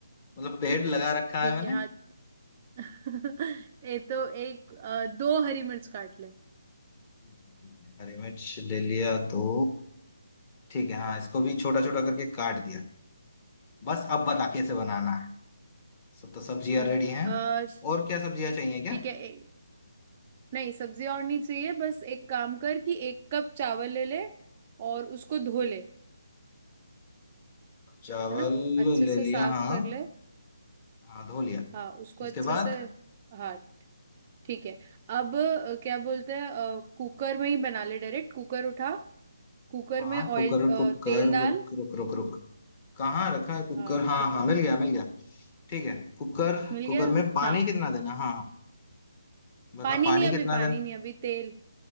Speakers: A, on the left; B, on the right.
A: मतलब पेड़ लगा रखा
B: ठीक
A: है मैंने
B: है हाँ <laughs> ये तो एक अ, दो हरी मिर्च काट ले
A: ठीक है ठीक है। हरी मिर्च ले लिया दो ठीक है हाँ इसको भी छोटा छोटा करके काट दिया बस अब बता कैसे बनाना है सब तो सब्जियां
B: हम्म
A: रेडी हैं
B: अ,
A: और क्या सब्जियां चाहिए क्या
B: ठीक है ए, नहीं सब्जी और नहीं चाहिए बस एक काम कर कि एक कप चावल ले ले और उसको धो ले
A: चावल
B: है ना अच्छे
A: ले
B: से
A: लिया
B: साफ
A: हाँ
B: कर ले
A: हाँ धो लिया
B: हाँ उसको
A: उसके
B: अच्छे
A: बाद
B: से हाँ ठीक है अब अ, क्या बोलते हैं अ, कुकर में ही बना ले डायरेक्ट कुकर उठा कुकर
A: हाँ
B: में ऑयल
A: कुकर
B: अ,
A: कुकर
B: तेल डाल
A: रुक रुक रुक रुक कहाँ रखा है कुकर
B: हाँ
A: हाँ
B: ठीक
A: हाँ
B: है
A: मिल गया मिल गया ठीक है कुकर
B: मिल
A: कुकर
B: गया
A: में पानी
B: हाँ
A: कितना देना हाँ हाँ बता
B: पानी
A: पानी
B: नहीं अभी
A: कितना
B: पानी
A: देना
B: नहीं अभी तेल